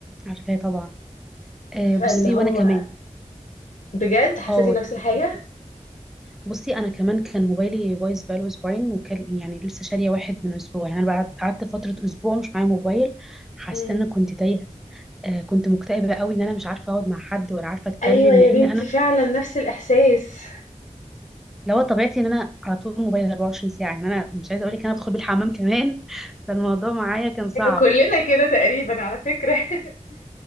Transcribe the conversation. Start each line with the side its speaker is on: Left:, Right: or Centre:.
Centre: عارفاه طبعا آه
Left: فاللي
Centre: بصي
Left: هو
Centre: وانا كمان
Left: بجد حسيتي
Centre: اه
Left: نفس الحاجة؟
Centre: يعني بصي انا كمان كان موبايلي بايظ بقاله اسبوعين وكان يعني لسه شاريه واحد من اسبوع يعني انا بعد قعدت فتره اسبوع مش معايا موبايل حسيت
Left: مم.
Centre: ان انا كنت تايهه آه كنت مكتئبه قوي ان انا مش عارفه اقعد مع حد ولا عارفه اتكلم
Left: أيوة يا
Centre: لان
Left: بنتي
Centre: انا
Left: فعلا نفس الإحساس
Centre: لو طبيعتي ان انا على طول موبايل 24 ساعه يعني انا مش عايزه اقول لك انا بدخل بيه الحمام كمان <laughs> فالموضوع معايا كان صعب
Left: <laughs> كلنا كده تقريبا على فكرة <laughs>